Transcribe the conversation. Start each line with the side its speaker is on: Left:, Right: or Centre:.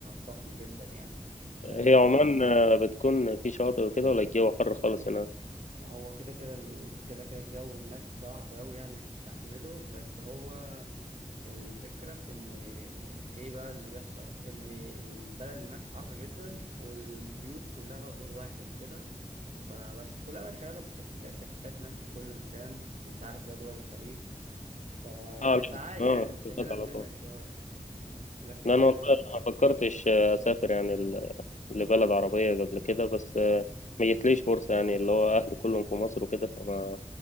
Right: فخمة جدا يعني لا
Left: هي عمان آه، بتكون في شاطئ وكده ولا الجو حر خالص هناك
Right: هو كده كده ال- كده كده الجو هناك صعب أوي يعني تستحمله بس هو الفكرة في إن إيه بقى اللي بيحصل إن البلد هناك حر جدا والبيوت كلها بقى دور واحد كده فبس كلها بقى شغالة بالتكييفات تكييفات هناك في كل مكان أنت عارف بقى دول الخليج ف...
Left: اه لا.
Right: فعادي
Left: اه
Right: يعني مسهلة
Left: بالظبط على
Right: الدنيا
Left: طول
Right: شوية لكن
Left: لا انا والله ما فكرتش آه، اسافر يعني ل- لبلد عربيه قبل كده بس آه، ما جتليش فرصه يعني اللي هو اهلي كلهم في مصر وكده فما